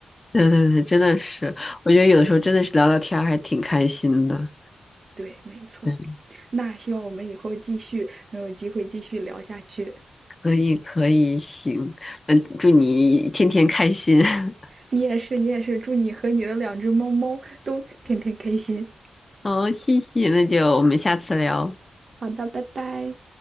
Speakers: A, on the left; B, on the right.
A: 对对对，真的是，我觉得有的时候真的是聊聊天儿还挺开心的。
B: <laughs> 对，没错。
A: 对，
B: 那希望我们以后继续能有机会继续聊下去。
A: 可以可以，行，那祝你天天开心。<laughs>
B: 你也是，你也是，祝你和你的两只猫猫都天天开心。
A: 好，谢谢，那就我们下次聊。拜拜
B: 好的，拜拜。